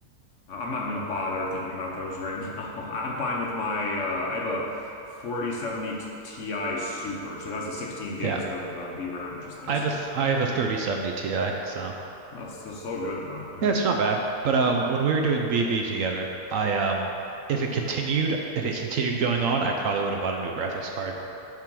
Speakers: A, on the left; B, on the right.
A: I'm not going to bother thinking about those right now. <laughs> I'm fine with my, uh, I have a 4070 Ti Super, so it has the 16 gigs
B: Yeah,
A: of uh, VRAM, which is nice.
B: I have a th I have a 3070 Ti, so
A: That's just so good though. Yeah.
B: yeah, it's not bad. But um, when we were doing BB together, I um, if it continued if it continued going on, I probably would have bought a new graphics card.